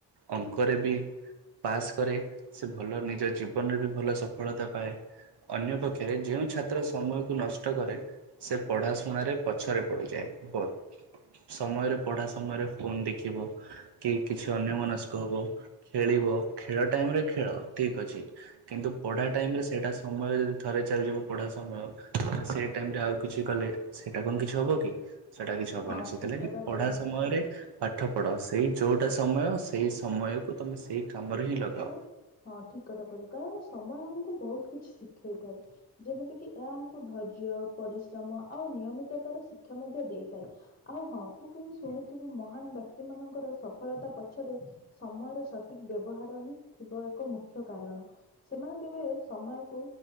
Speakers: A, on the right; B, on the left.
A: ଅଙ୍କରେ ବି ପାସ୍। କରେ ସେ ଭଲ ନିଜ ଜୀବନରେ ବି ଭଲ ସଫଳତା ପାଏ। ଅନ୍ୟ ପକ୍ଷରେ ଯେଉଁ ଛାତ୍ର ସମୟକୁ ନଷ୍ଟ କରେ ସେ ପଢା ଶୁଣାରେ ପଛରେ ପଡିଯାଏ। ସମୟରେ ପଢା ସମୟରେ ଫୋନ ଦେଖିବ। କି କିଛି ଅନ୍ୟ ମନସ୍କ ହବ ଖେଳିବ। ଖେଳ ଟାଇମ ରେ ଖେଳ ଠିକ ଅଛି। କିନ୍ତୁ ପଢା ଟାଇମ ରେ ସେଇଟା ସମୟ ଯଦି ଥରେ ଚାଲିଯିବ ପଢା ସମୟ ତମେ ସେଇ ଟାଇମରେ ଆଉ କିଛି କଲେ ସେଇଟା କଣ କିଛି ହବ କି? ସେଇଟା କିଛି ହବନିଁ।
B: ହଁ
A: ସେଥିଲାଗି
B: ଠିକ କଥା
A: ପଢା
B: କହିଲୁ।
A: ସମୟରେ ପାଠ ପଢ଼। ସେଇ ଯେଉଁଟା ସମୟ ସେଇ ସମୟକୁ ତୁମେ ସେଇ କାମରେ ହିଁ ଲଗାଅ।
B: କାରଣ ହଁ ଠିକ କଥା କହିଲୁ। କାରଣ ସମୟ ଆମକୁ ବହୁତ କିଛି ଶିଖେଇଥାଏ। ଯେମିତିକି ଏହା ଆମକୁ ଧୈର୍ଯ୍ୟ ପରିଶ୍ରମ ଆଉ ନିୟମିତତାର ଶିକ୍ଷା ମଧ୍ୟ ଦେଇଥାଏ। ଆଉ ହଁ ତୁ କେମିତି ଶୁଣିଥିବୁ ମହାନ ବ୍ୟକ୍ତି ମାନଙ୍କର ସଫଳତା ପଛରେ ସମୟର ସଠିକ ବ୍ୟବହାର ହିଁ ଥଥିବା ଏକ ମୁଖ୍ୟ କାରଣ। ସେମାନେ କେବେ ସମୟକୁ